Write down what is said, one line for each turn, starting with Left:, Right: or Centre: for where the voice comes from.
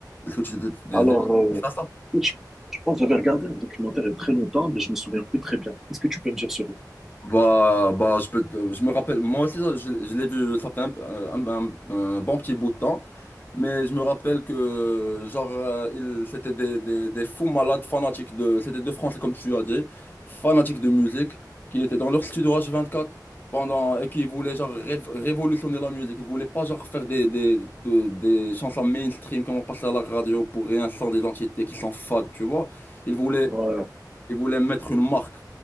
Left: Est-ce que tu t'es t'es
Centre: Alors,
Left: déjà
Centre: euh,
Left: intéressé à ça?
Centre: écoute, je, je pense que j'avais regardé un documentaire il y a très longtemps, mais je me souviens plus très bien. Qu'est-ce que tu peux me dire sur lui?
Left: Bah, bah, je peux, te- je me rappelle, moi aussi, ça, je, je l'ai vu, ça fait un, un- un- un bon petit bout de temps, mais je me rappelle que, genre, euh, il- c'était des, des, des fous malades fanatiques de, c'était de Français, comme tu as dit, fanatiques de musique, qui étaient dans leur studio h quatre pendant, et qui voulaient, genre, rév- révolutionner la musique. Ils voulaient pas, genre, faire des, des, de- des chansons mainstream qui vont passer à la radio pour rien sans l'identité, qui s'en fadent, tu vois. Ils voulaient
Centre: Ouais,
Left: ils voulaient mettre une marque.